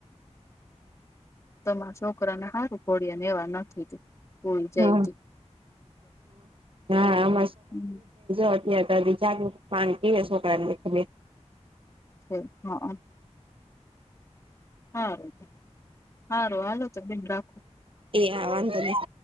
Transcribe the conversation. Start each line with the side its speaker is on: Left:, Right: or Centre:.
Left: તમારા છોકરાને હારુ <unintelligible> એવા નથી. કોઈ જાય
Right: હા
Left: તો
Right: હા આ <unintelligible>
Left: ક્યાંય
Right: <unintelligible> અત્યારે જો જાગે પાણી પીવે <inaudible>
Left: તે હા. હારુ હારુ હાલો તો બેન રાખો.
Right: એ હા વાંધ નહીં.